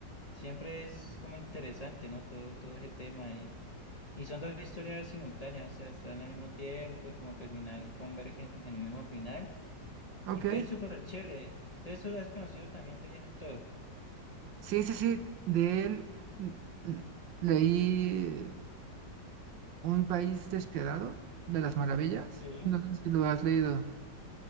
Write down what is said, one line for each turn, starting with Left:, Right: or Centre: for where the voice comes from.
Left: Siempre es como interesante, ¿no? Todo, todo ese tema y, y son dos historias simultáneas, o sea, están al mismo tiempo y como que al final convergen en un mismo final.
Right: Ok.
Left: Y pues es súper chévere. Entonces, lo has conocido también de ese autor?
Right: Sí, sí, sí, de él l- l- leí Un país despiadado de las maravillas.
Left: Sí.
Right: No sé si lo has leído.